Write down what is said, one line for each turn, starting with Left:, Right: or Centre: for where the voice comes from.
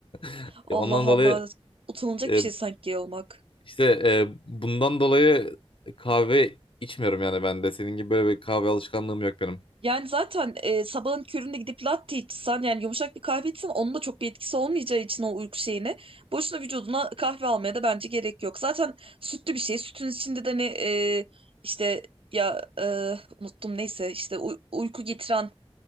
Left: <laughs>
Right: Allah
Left: Ondan dolayı
Right: Allah utanılacak
Left: e,
Right: bir şey sanki gay olmak.
Left: işte e, bundan dolayı kahve içmiyorum yani ben de. Senin gibi böyle bir kahve alışkanlığım yok benim.
Right: Yani zaten e, sabahın köründe gidip latte içsen yani yumuşak bir kahve içsen onun da çok bir etkisi olmayacağı için o uyku şeyine boşuna vücuduna kahve almaya da bence gerek yok. Zaten sütlü bir şey. Sütün içinde de ne e, işte ya e, unuttum neyse işte uy- uyku getiren